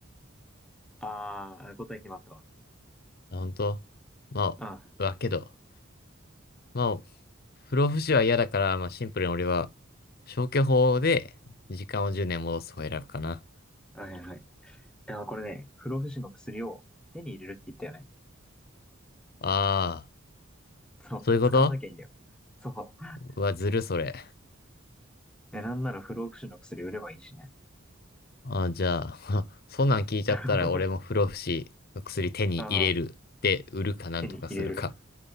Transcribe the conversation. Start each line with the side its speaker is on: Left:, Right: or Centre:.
Centre: ぁ。ああ、答え決まったわ。
Left: あ、本当まあ、
Centre: あ
Left: わけど、まあ、不老不死は嫌だから、まあシンプルに俺は消去法で時間を10年戻す方を選ぶかな。
Centre: ーはいはいはい。いや、これね、不老不死の薬を手に入れるって言ったよね。
Left: ああ、
Centre: そう、
Left: そういうこと
Centre: 使わなきゃいいんだよ。そう。
Left: うわ、ずるそれ。
Centre: え、なんなら不老不死の薬売ればいいしね。
Left: あーじゃあ、<laughs> そんなん聞いちゃったら俺も不老不死の薬手に入れるで売るかなんとかするか。
Centre: <laughs> ああ、手に入れる。